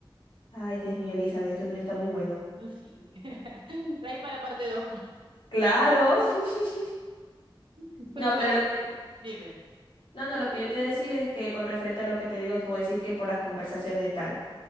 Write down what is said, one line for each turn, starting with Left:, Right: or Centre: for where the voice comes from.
Left: Ay, Dios mío, Elizabeth, esto es brillo está muy bueno.
Right: <laughs> Sí. <laughs> Ahí para la parte dos.
Left: Claro. <laughs>
Right: <laughs> Pero
Left: No,
Right: me
Left: pero
Right: voy,
Left: lo que,
Right: dime.
Left: no, no, lo que yo te iba a decir es que con referente a lo que te digo que vos decís que por las conversaciones y tal.